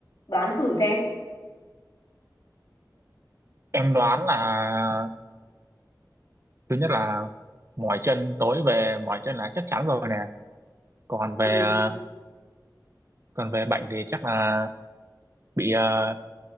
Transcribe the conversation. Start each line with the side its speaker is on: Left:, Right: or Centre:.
Left: Đoán thử xem.
Right: em đoán là thứ nhất là mỏi chân tối về mỏi chân là chắc chắn rồi nè còn về
Left: Ừ.
Right: ờ, còn về bệnh thì chắc là bị ờ,